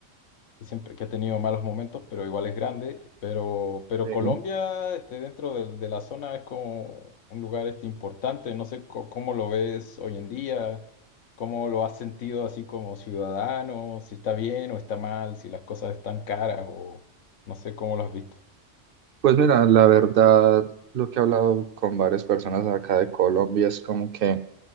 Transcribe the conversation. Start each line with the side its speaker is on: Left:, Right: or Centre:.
Left: que siempre que ha tenido malos momentos, pero igual es grande. Pero, pero
Right: Sí.
Left: Colombia, este, dentro del- de, la zona es como un lugar este, importante. No sé co- cómo lo ves hoy en día, cómo lo has sentido así como ciudadano, si está bien o está mal, si las cosas están caras o no sé cómo lo has visto.
Right: Pues mira, la verdad, lo que he hablado con varias personas acá de Colombia es como que